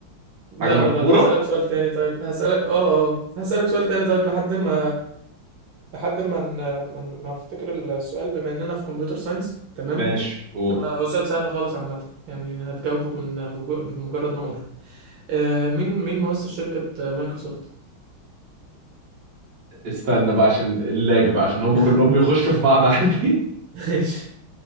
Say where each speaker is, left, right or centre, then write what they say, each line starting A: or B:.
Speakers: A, on the right (about 80°); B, on the right (about 55°).
A: لا
B: حاجة مشهورة
A: لا لا هسألك سؤال تاني طيب هسألك اه اه هسألك سؤال تاني طيب لحد ما لحد ما ن- ما ن- ما افتكر السؤال بما اننا في كمبيوتر ساينس تمام
B: ماشي هو
A: فهو سؤال سهل خالص عامة يعني هتجاوبه من بجو- بمجرد ما اقوله آه، مين مين مؤسس شركة آه، مايكروسوفت
B: استنى بقى عشان اللاج بقى عشان هم
A: <laughs>
B: كلهم بيخشوا في بعض عادي
A: ماشي